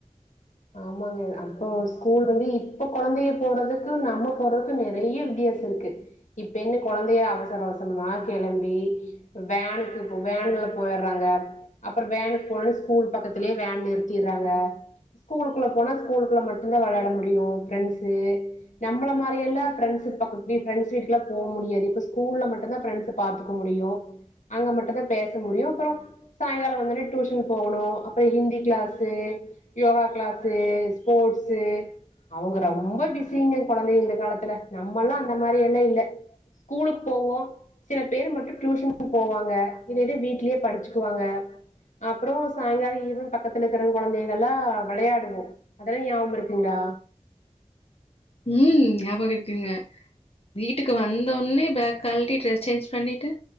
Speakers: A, on the left (about 85°); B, on the left (about 55°).
A: ஆமாங்க அப்போ ஸ்கூல் வந்து இப்ப கொழந்தைக போறதுக்கு நம்ம போறதுக்கு நெறைய வித்தியாச இருக்கு இப்ப என்ன கொழந்தைய அவசர அவச ரமா கெளம்பி வேனுக்கு இப்ப வேனுல போயர்றாங்க அப்புற வேனுக்கு போனோனே ஸ்கூல் பக்கத்திலயே வேன் நிறுத்திர்றாங்க ஸ்கூலுக்குள்ள போனா ஸ்கூலுள்ள மட்டுந்தா வெளையாட முடியு ஃப்ரெண்ட்ஸு நம்மள மாரியெல்லா ஃப்ரெண்ட்ஸ் பக்கத் வி ஃப்ரெண்ட்ஸ் வீட்டுக்குலா போக முடியாது இப்ப ஸ்கூல்ல மட்டுந்தா ஃப்ரெண்ட்ஸ பாத்துக்க முடியு அங்க மட்டுந்தா பேச முடியு அப்புற சாயங்கால வந்தோனே டியூஷன் போகணு அப்புற Hindi class yoga class sports அவங்க ரொம்ப பிஸிங்க கொழந்தைக இந்த காலத்துல நம்மல்லா அந்த மாரியெல்லா இல்ல ஸ்கூலுக்கு போவோ சில பேர் மட்டு டியூஷன் போவாங்க இல்லாட்டி வீட்லயே படிச்சுக்குவாங்க அப்புற சாங்கால ஈவன் பக்கத்துல இருக்கற கொழந்தைகள்லா வெளையாடுவோ அதெல்லா ஞாபகமிருக்குங்ளா
B: ம் ஞாபக இருக்குங்க வீட்டுக்கு வந்தவொன்னே பேக் கழட்டி ட்ரெஸ் சேஞ்ச் பண்ணிட்டு